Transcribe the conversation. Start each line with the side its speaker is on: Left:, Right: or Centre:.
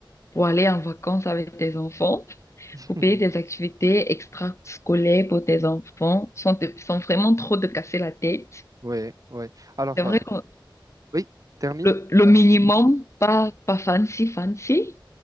Left: pour aller en vacances avec tes enfants,
Right: <laughs>
Left: pour payer des activités extrascolaires pour tes enfants, sans, te- sans vraiment trop te casser la tête.
Right: Oui, oui. Alors,
Left: C'est
Right: euh,
Left: vrai que
Right: oui, termine.
Left: le, le minimum, pas, pas fancy, fancy,